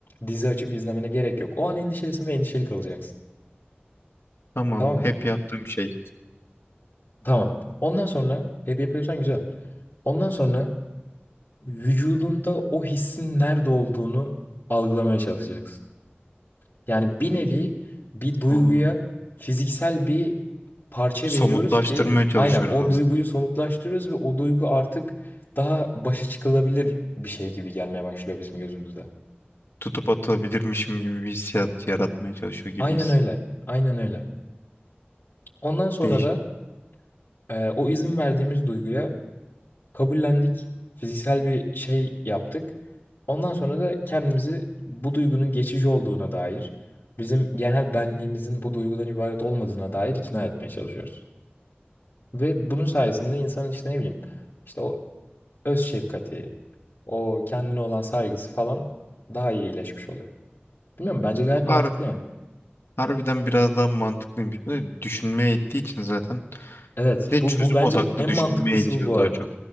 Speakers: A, on the left; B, on the left.
A: dizi açıp izlemene gerek yok. O an endişelisin ve endişeli kalacaksın.
B: Tamam.
A: Tamam mı?
B: Hep yaptığım şey.
A: Tamam. Ondan sonra hep yapıyorsan güzel. Ondan sonra vücudunda o hissin nerede olduğunu algılamaya çalışacaksın. Yani bir nevi bir duyguya
B: Aa,
A: fiziksel bir parça
B: somutlaştırmaya
A: veriyoruz ki
B: şey? çalışıyoruz
A: aynen o
B: aslında.
A: duyguyu somutlaştırıyoruz ve o duygu artık daha başa çıkılabilir bir şey gibi gelmeye başlıyor bizim gözümüzde.
B: Tutup atabilirmişim gibi bir hissiyat yaratmaya çalışıyor gibiyiz.
A: Aynen öyle. Aynen öyle. Ondan sonra
B: Değişik.
A: da e, o izin verdiğimiz duyguya kabullendik. Fiziksel bir şey yaptık. Ondan sonra da kendimizi bu duygunun geçici olduğuna dair, bizim genel benliğimizin bu duygudan ibaret olmadığına dair ikna etmeye çalışıyoruz. Ve bunun sayesinde insanın işte ne bileyim işte o öz şefkati, o kendine olan saygısı falan daha iyi iyileşmiş oluyor. Bilmiyorum bence gayet
B: Bu
A: mantıklı
B: har
A: yani.
B: harbiden biraz daha mantıklıymış. Bu da düşünmeye ittiği için zaten.
A: Evet
B: Bir de
A: bu,
B: çözüm
A: bu bence
B: odaklı
A: en
B: düşünmeye
A: mantıklısı
B: itiyor
A: bu bu
B: daha
A: arada.
B: çok.